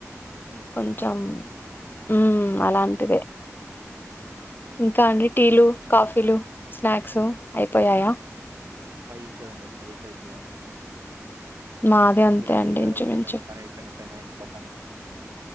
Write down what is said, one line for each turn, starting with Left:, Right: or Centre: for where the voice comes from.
Right: సిస్టమ్ నేర్చుకున్నారా
Left: కొంచెం మ్మ్ అలాంటిదే ఇంకా అండి టీలు, కాఫీలు, స్నాక్సు అయిపోయాయా?
Right: ఫైకా ఉండ ఫైపైకే అవన్నీ
Left: మాది అంతే
Right: <unintelligible>
Left: అండి ఇంచుమించు
Right: మీ పనైపోయినట్టే నా ఇంట్లో పని